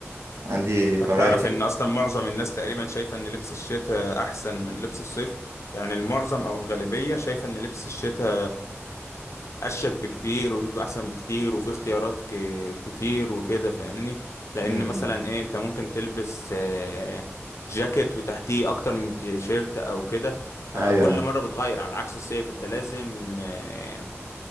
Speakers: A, on the right; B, on the left.
A: عندي
B: طب
A: فرايتي
B: تعرف ان اصلا معظم الناس تقريبا شايفه ان لبس الشتاء احسن من لبس الصيف يعني المعظم او الغالبيه شايفه ان لبس الشتاء اشيك بكتير وبيبقى احسن بكتير وفي اختيارات ك... كتير وكده فاهمني لان
A: امم
B: مثلا ايه انت ممكن تلبس آه، جاكيت وتحتيه اكتر من تيشيرت او كده فكل
A: ايوه ايوه
B: مره بتغير على عكس الصيف انت لازم آه،